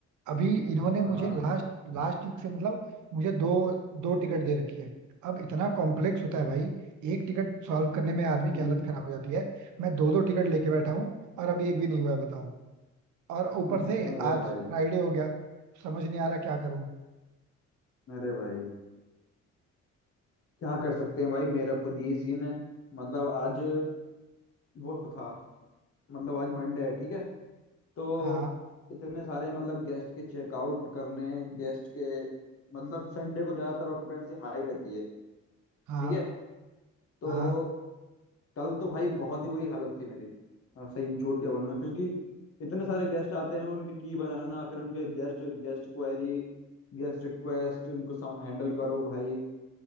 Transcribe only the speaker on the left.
हाँ
हम्म,
हम्म।
अरे
भाई
अरे भाई क्या कर सकते हैं भाई मेरा खुद यही सीन है मतलब आज वो था मतलब आज मंडे है ठीक है तो
इतने सारे मतलब गेस्ट के चेकआउट करने गेस्ट के मतलब संडे को ज्यादातर ऑक्यूपेंसी हाई रहती है ठीक
है तो
कल तो भाई बहुत ही बुरी हालत थी मेरी हाँ, सही झूठ के बोलना क्योंकि इतने सारे गेस्ट आते हैं उनकी की बनाना फिर उनके guest guest query guest request उनको हैंडल करो भाई